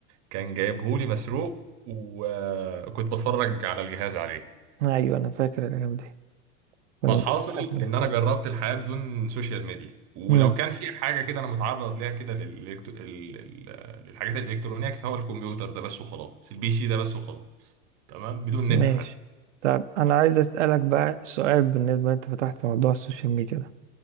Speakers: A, on the right; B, on the right.
A: كان جايبهولي مسروق وكنت بتفرج على الجهاز عليه
B: ايوه انا فاكر الايام دي كنا
A: فالحاصل
B: بنسرق اكل
A: ان انا جربت الحياه بدون سوشيال ميديا ولو
B: امم
A: كان في حاجه كده انا متعرض ليها كده للإلكت- ال- ال- للحاجات الالكترونيه فهو الكمبيوتر ده بس وخلاص البي سي ده بس وخلاص تمام بدون نت
B: ماشي
A: حتى
B: طب انا عايز اسالك بقى سؤال بالنسبه انت فتحت موضوع السوشيال ميديا ده